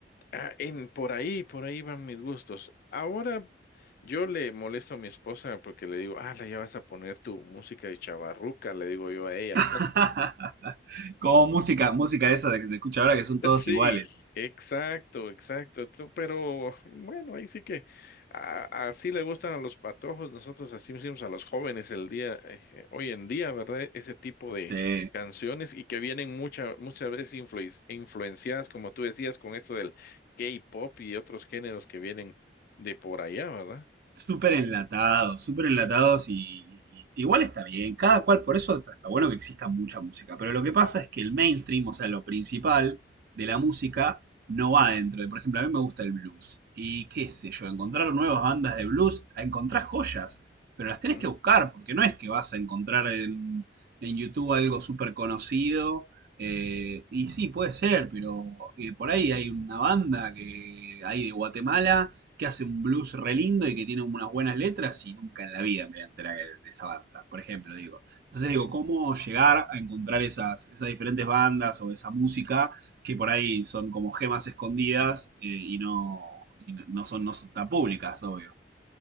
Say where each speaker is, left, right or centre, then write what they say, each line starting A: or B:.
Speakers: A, on the left (about 50°); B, on the right (about 55°).
A: ah, en, por ahí, por ahí van mis gustos. Ahora yo le molesto a mi esposa porque le digo, ah, la ya vas a poner tu música de chavarruca, le digo yo a ella.
B: <laughs> Como música, música esa de que se escucha ahora que son todos
A: Sí,
B: iguales.
A: exacto, exacto. tú- Pero bueno, ahí sí que a- así le gustan a los patojos. Nosotros así hicimos a los jóvenes el día, eh, eh, hoy en día, ¿verdad? Ese tipo de
B: Sí.
A: canciones y que vienen mucha, muchas veces influis- influenciadas, como tú decías, con esto del K-pop y otros géneros que vienen de por allá, ¿verdad?
B: Súper enlatados, súper enlatados y, y- igual está bien, cada cual, por eso está está bueno que exista mucha música, pero lo que pasa es que el mainstream, o sea, lo principal de la música no va dentro de, por ejemplo, a mí me gusta el blues y qué sé yo, encontrar nuevas bandas de blues, encontrar joyas, pero las tenés
A: Ujú.
B: que buscar porque no es que vas a encontrar en, en YouTube algo súper conocido. eh, y sí, puede ser, pero eh, por ahí hay una banda que hay de Guatemala que hace un blues re lindo y que tiene unas buenas letras y nunca en la vida me voy a enterar de esa banda, por ejemplo, digo. Entonces digo, ¿cómo llegar a encontrar esas, esas diferentes bandas o esa música que por ahí son como gemas escondidas eh, y, no, y no, no son, no son tan públicas, obvio?